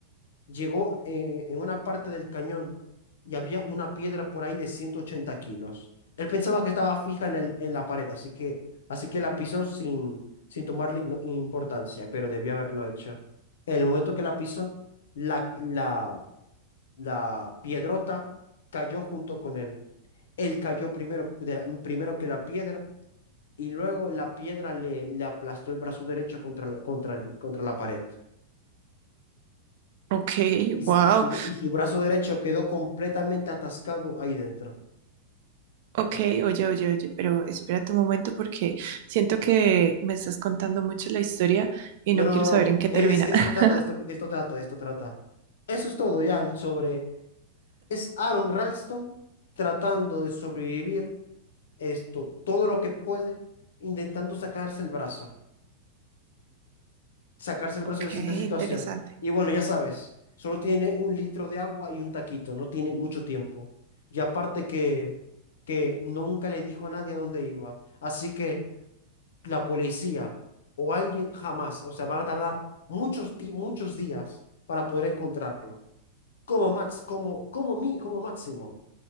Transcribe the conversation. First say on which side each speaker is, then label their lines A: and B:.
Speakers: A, on the left; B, on the right.
A: llegó en, en una parte del cañón y había una piedra por ahí de 180 kilos. Él pensaba que estaba fija en el, en la pared, así que, así que la pisó sin, sin tomarle ino- importancia, pero debió haberlo hecho. En el momento que la pisó, la, la, la piedrota cayó junto con él. Él cayó primero, de la- primero que la piedra y luego la piedra le, le aplastó el brazo derecho contra, la- contra, el- contra la pared.
B: Ok,
A: Y, s-
B: wow.
A: y su, y su brazo derecho quedó completamente atascado ahí dentro.
B: Ok, oye, oye, oye, pero espérate un momento porque siento que me estás contando mucho la historia y
A: No,
B: no
A: no,
B: quiero
A: no,
B: saber
A: no.
B: en qué termina.
A: e, Es, es- de
B: <laughs>
A: esto trata, de esto, de esto trata, de esto trata. Eso es todo ya sobre... Es Aaron Ralston tratando de sobrevivir esto, todo lo que puede, intentando sacarse el brazo, sacarse el
B: Ok,
A: brazo de esa situación.
B: interesante.
A: Y bueno, ya sabes, solo tiene un litro de agua y un taquito, no tiene mucho tiempo. Y aparte que, que nunca le dijo a nadie a dónde iba. Así que... la policía o alguien jamás, o sea, van a tardar muchos, di- muchos días para poder encontrarlo. Como max, como, como mi, como máximo.